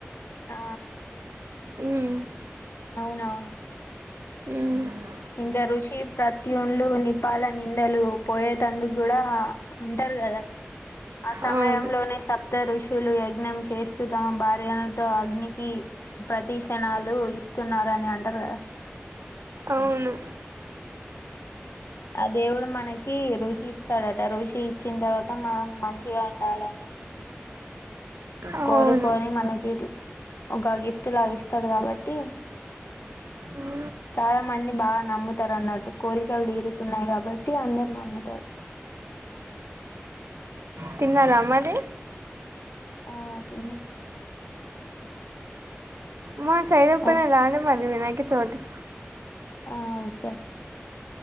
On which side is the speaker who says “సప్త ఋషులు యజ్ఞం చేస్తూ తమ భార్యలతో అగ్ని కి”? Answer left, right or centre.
Left